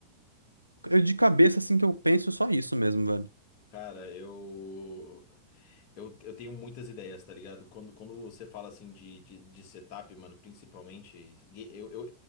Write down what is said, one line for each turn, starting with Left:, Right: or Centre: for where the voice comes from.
Right: Eu de cabeça, assim, que eu penso só isso mesmo, velho.
Left: Cara, eu Eu, eu tenho muitas ideias, tá ligado? Quando, quando você fala assim de, de, de setup, mano, principalmente, ga- eu, eu,